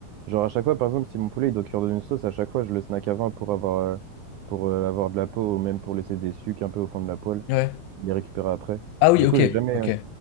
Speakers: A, on the right; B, on the left.
A: Genre à chaque fois, par exemple, si mon poulet il doit cuire dans une sauce, à chaque fois je le snack avant pour avoir, euh, pour euh, avoir de la peau ou même pour laisser des sucs un peu au fond de la poêle,
B: Ouais.
A: les récupérer après.
B: Ah oui,
A: Du
B: ok,
A: coup, j'ai jamais,
B: ok.
A: euh,